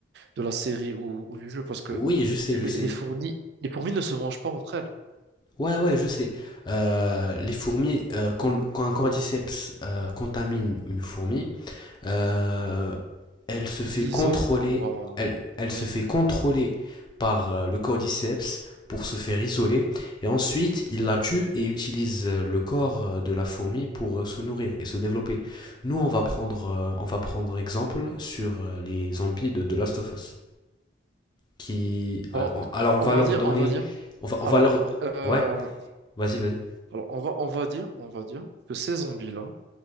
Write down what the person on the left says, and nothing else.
Oui, je sais,
je sais.
Ouais, ouais, je sais. Euh, les fourmis, euh, quand, quand un cordyceps euh, contamine une fourmi, Euh, elle se
fait
contrôler,
elle, elle
se fait contrôler par euh, le cordyceps pour se faire isoler. Et ensuite, il la tue et utilise euh, le corps euh, de la fourmi pour euh, se nourrir et se développer. Nous, on va prendre, euh, on va prendre exemple sur euh, les zombies de The Last of Us. Qui,
alors, on- va
leur
donner,
on va, on
va leur,
ouais, vas-y, vas-y.